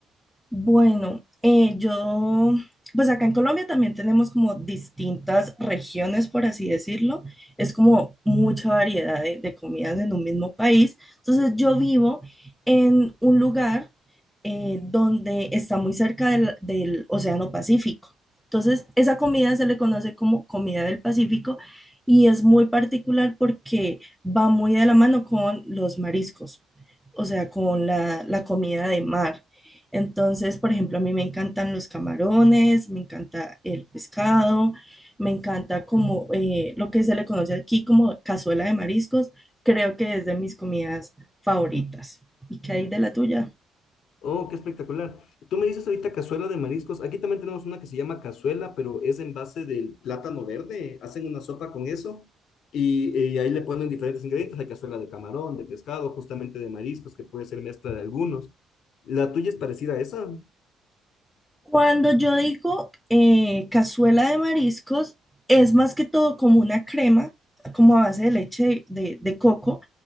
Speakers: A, in the centre; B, on the left.
A: Bueno, eh, yo, pues acá en Colombia también tenemos como distintas regiones, por así decirlo. Es como mucha variedad de, de comidas en un mismo país. Entonces yo vivo en un lugar eh, donde está muy cerca del, del Océano Pacífico. Entonces esa comida se le conoce como comida del Pacífico y es muy particular porque va muy de la mano con los mariscos, o sea, con la la comida de mar. Entonces, por ejemplo, a mí me encantan los camarones, me encanta el pescado, me encanta como eh, lo que se le conoce aquí como cazuela de mariscos, creo que es de mis comidas favoritas. ¿Y qué hay de la tuya?
B: Oh, qué espectacular. Tú me dices ahorita cazuela de mariscos. Aquí también tenemos una que se llama cazuela, pero es en base del plátano verde. Hacen una sopa con eso y, eh, ahí le ponen diferentes ingredientes. Hay cazuela de camarón, de pescado, justamente de mariscos, que puede ser mezcla de algunos. ¿La tuya es parecida a esa?
A: Cuando yo digo eh, cazuela de mariscos, es más que todo como una crema, como a base de leche de, de- de coco,